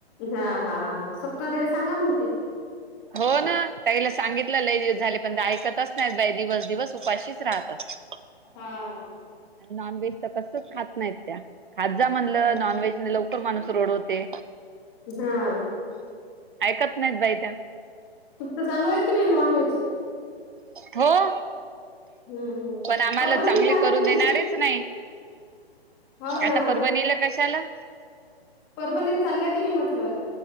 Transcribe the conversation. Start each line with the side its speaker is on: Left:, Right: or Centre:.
Left: हां हां स्वप्न तरी सांगा मग ते
Right: हो ना त्याला सांगितलं लई झाली पण ते ऐकतच नाहीत बाई दिवस दिवस उपाशीच राहतात.
Left: हां
Right: नॉनव्हेज तर कसं खात नाहीत त्या.. खाजा म्हणलं
Left: हम्म
Right: नॉनव्हेज लवकर माणूस रोडवते.
Left: हा
Right: ऐकत नाहीत बाई त्या..
Left: तचालू आहे. की नाही नॉन व्हेज
Right: हो.
Left: हम्म हम्म.
Right: पण आम्हाला
Left: परभणीला
Right: चांगली
Left: चाललं
Right: करून
Left: की
Right: देणारच
Left: नाही
Right: नाही.
Left: हो ना
Right: आता परवणीलं कशाला?
Left: परभणी चालल्या की नाही म्हटलं..